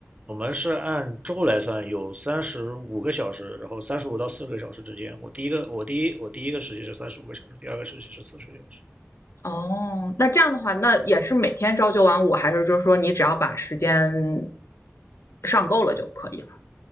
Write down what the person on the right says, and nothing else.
我们是按周来算，有三十五个小时，然后三十五到四十个小时之间。我第一个，我第一，我第一个实习是三十五个小时，第二个实习是四十个小时。